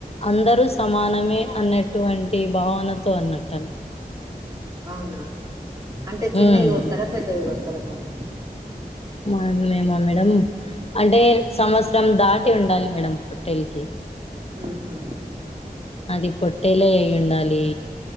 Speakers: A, on the left; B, on the right.
A: అందరూ సమానమే అన్నటు వంటి భావనతో అన్నట్టన్
B: అవునా అంటే చిన్నవి
A: ఉమ్
B: గోస్తారా పెద్దయి గోస్తారా మరీ
A: మా ఆయననేమే మేడం అంటే సంవత్సరం దాటి ఉండాలి మేడం పోటెళ్లకి
B: ఉహు,
A: అది పొట్టేలే అయి ఉండాలి